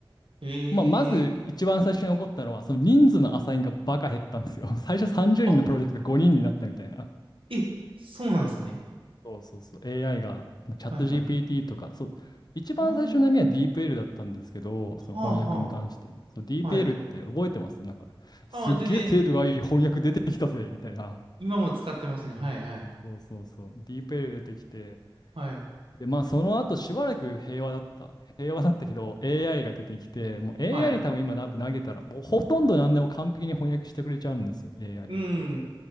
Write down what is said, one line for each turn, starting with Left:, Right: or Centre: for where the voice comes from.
Right: ええ
Left: まあ、まず一番最初に起こったのは、その人数のアサインがバカ減ったんですよ。<laughs> 最初30人のプロジェクト5人になったみたいな。
Right: あ、え、そうなんですね。
Left: そうそうそう。AI が、チャット
Right: はいはい。
Left: GPT
Right: あ
Left: とか、そう、一番最初の波は
Right: あ。
Left: DeepL だったんですけど、
Right: はあは
Left: その翻訳に関して。そう、DeepL
Right: あ。はい。
Left: って覚えてますなんか、すっげえ精度がいい翻訳出てきたぜみたいな。
Right: ああ、全然、今も使ってますね。はいはい。
Left: そうそうそう。DeepL 出てきて、
Right: はい。
Left: で、まあ、その後しばらく平和だった。平和だったけど、AI が出てきて、もう AI
Right: はい。
Left: に多分今多分投げたら、もうほとんど何でも完璧に翻訳してくれちゃうんですよ、AI
Right: うんうんうんう
Left: って。